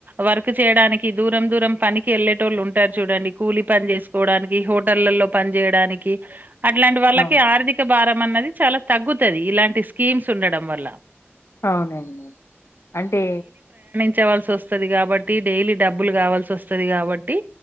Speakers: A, on the right; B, on the left.
A: వర్క్ చేయడానికి దూరం, దూరం పనికి ఏళ్ళేటోళ్ళు ఉంటారు చూడండి కూలి పని జేస్కోడాని.. కీ హోటళ్లలో పని జేయడానికి. అట్లాంటి వాళ్ళకి
B: అవును
A: ఆర్థిక భారం. మన్నది చాలా తగ్గుతది ఇలాంటి స్కీమ్స్ ఉండడం వల్ల.
B: అవునండి, అంటే.
A: చ్చవలసొస్తది గాబట్టి, డైలీ డబ్బులు గావాల్సొస్తది గాబట్టి,